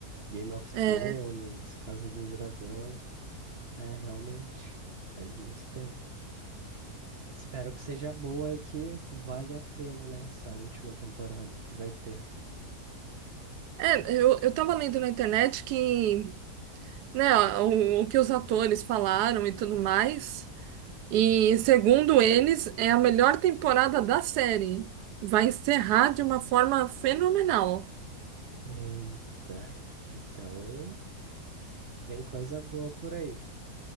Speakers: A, on the right (about 45°); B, on the right (about 85°).
A: Game of
B: É,
A: Thrones, Casa do Dragão. É, realmente, faz muito tempo. Espero que seja boa e que vale a pena, né? Essa última temporada que vai ter.
B: é, eu, eu tava lendo na internet que, né, o, o que os atores falaram e tudo mais. E, segundo eles, é a melhor temporada da série. Vai encerrar de uma forma fenomenal.
A: Eita. Então, vem coisa boa por aí.